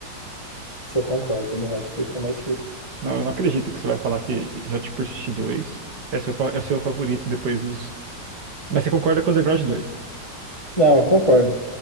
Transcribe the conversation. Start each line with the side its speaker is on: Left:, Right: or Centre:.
Left: Se eu concordo, o do Hot Pursuit é mais difícil.
Right: Não, eu não acredito que você vai falar que Hot Pursuit 2 é seu, fa- é seu favorito depois dos. Mas você concorda com Underground 2?
Left: Não, eu concordo.